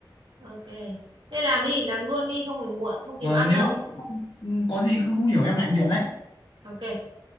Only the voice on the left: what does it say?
và
nếu
không- có gì không, không hiểu em lại điện đấy